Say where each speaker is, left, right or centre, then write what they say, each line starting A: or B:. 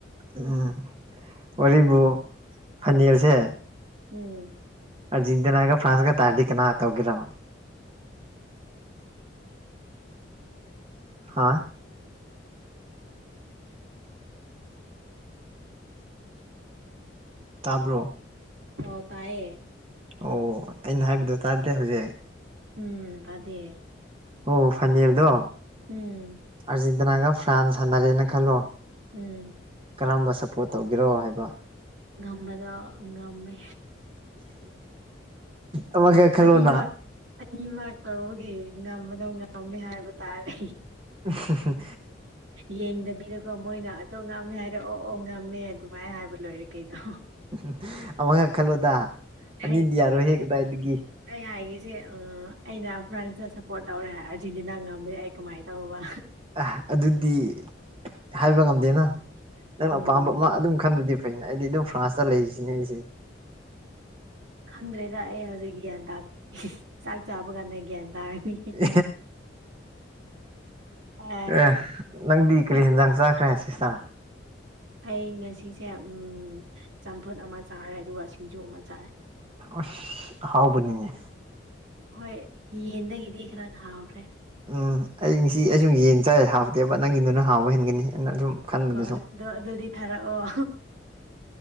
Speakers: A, on the right; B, on the right.
A: ꯎꯝ ꯑꯣꯏꯔꯤꯕꯔꯤꯕꯨ ꯐꯅꯁꯦ
B: ꯎꯝ
A: ꯑꯖꯤꯤꯟꯗꯅꯅꯥꯒ ꯐ꯭ꯔꯥꯟꯁꯒ ꯇꯥꯥꯟ ꯀꯅꯥ ꯇꯧꯒꯔ ꯍꯥ ꯇꯥꯕ꯭ꯔꯣ
B: ꯑꯣ ꯇꯥꯏꯌꯦ
A: ꯑꯣ ꯑꯩꯅ ꯍꯥꯏꯕꯗ ꯇꯥꯗꯦ ꯍꯧꯖꯤꯛ
B: ꯎꯝ ꯑꯗꯨꯗ
A: ꯑꯣ ꯐꯅꯤꯔꯗꯣ
B: ꯎꯝ
A: ꯑꯥꯔꯖꯦꯟꯇꯤꯅꯥꯒ ꯐ꯭ꯔꯥꯟꯁ ꯁꯥꯟꯅꯔꯦꯅ ꯈꯜꯂꯣ
B: ꯎꯝ
A: ꯀꯔꯝꯕ ꯁꯞꯄꯣꯔꯠ ꯇꯧꯒꯦꯔꯣ ꯍꯥꯏꯕ
B: ꯉꯝꯕꯗ ꯉꯝꯃꯦ
A: ꯑꯃꯈꯛ ꯈꯜꯂꯣꯅ
B: ꯑ ꯃꯥ ꯑꯅꯤꯃꯛ ꯀꯒꯤ ꯉꯝꯕꯗꯣ ꯉꯝꯃꯦ ꯍꯥꯏꯕ ꯇꯥꯔꯦ
A: ꯎ
B: ꯌꯦꯡꯗꯕꯤꯗꯀꯣ ꯃꯣꯏꯅ ꯑꯗꯣ ꯉꯝꯃꯦ ꯍꯥꯏꯔꯦ ꯑꯣ ꯑꯣ ꯉꯝꯃꯦ ꯑꯗꯨꯃꯥꯏꯅ ꯍꯥꯏꯕ ꯂꯣꯏꯔꯦꯒꯦ ꯀꯩꯗ
A: ꯎ ꯑꯃꯈꯛ ꯈꯜꯂꯣꯗ ꯑꯅꯤꯗꯤ
B: ꯍꯥꯏ
A: ꯌꯥꯔꯣꯏꯍꯦ ꯀꯗꯥꯏꯗꯒꯤ
B: ꯑꯩ ꯍꯥꯏꯒꯁꯦ ꯑꯩꯅ ꯐ꯭ꯔꯥꯟꯁꯇ ꯁꯞꯄꯣꯔꯠ ꯇꯧꯔꯦ ꯑꯥꯔꯖꯦꯟꯇꯤꯅꯥ ꯉꯝꯃꯦꯦ ꯑꯩ ꯀꯃꯥꯏꯅ ꯇꯧꯕꯧꯕ
A: ꯑ ꯑꯗꯨꯗꯤ ꯍꯥꯏꯕ ꯉꯝꯗꯦꯅ ꯅꯪꯅ
B: ꯎꯝ
A: ꯑꯄꯥꯝꯕ ꯑꯃ ꯑꯗꯨꯝ ꯈꯟꯕꯗꯤ ꯩꯅ ꯑꯩꯗꯤ ꯑꯗꯨꯝ ꯐ꯭ꯔꯥꯟꯁꯇ ꯂꯩꯔꯤꯁꯤꯅꯦ ꯑꯩꯁꯦ
B: ꯈꯪꯗ꯭ꯔꯦꯗ ꯑꯩ ꯍꯧꯖꯤꯛ ꯒ꯭ꯌꯥꯟ ꯇꯥꯗꯦ ꯆꯥꯛ ꯆꯥꯕ ꯀꯥꯟꯗ ꯒ꯭ꯌꯥꯟ ꯇꯥꯔꯅꯤ
A: <unintelligible>
B: ꯑ,
A: ꯑꯦ ꯅꯪꯗꯤ ꯀꯔꯤ
B: ꯑꯩꯈ-
A: ꯌꯦꯟꯖꯥꯡ ꯆꯥꯈ꯭ꯔꯦ ꯁꯤꯁꯇꯔ
B: ꯑꯩ ꯉꯁꯤꯁꯦ ꯎ ꯆꯝꯐꯨꯠ ꯑꯃ ꯆꯥꯔꯦ ꯑꯗꯨꯒ ꯁꯤꯡꯖꯨ ꯑꯃ ꯆꯥꯔꯦ
A: ꯑꯁ ꯑꯍꯥꯎꯕꯅꯤꯅꯦ
B: ꯍꯣꯏ ꯌꯦꯟꯗꯒꯤꯗꯤ ꯈꯔ ꯍꯥꯎꯈ꯭ꯔꯦ
A: ꯎꯝ ꯑꯩ ꯉꯁꯤ ꯑꯩ ꯁꯨꯝ ꯌꯦꯟ ꯆꯥꯏ ꯍꯥꯥꯎꯗꯦꯕ ꯅꯪꯒꯤꯗꯨꯅ ꯍꯥꯥꯎꯕ ꯍꯦꯟꯒꯅꯤ ꯑꯩꯅ ꯁꯨꯝ ꯈꯟꯕꯗ
B: ꯍꯣꯏ ꯍꯣꯏ ꯑꯗ ꯑꯗꯨꯗꯤ ꯊꯥꯔꯛꯑꯣ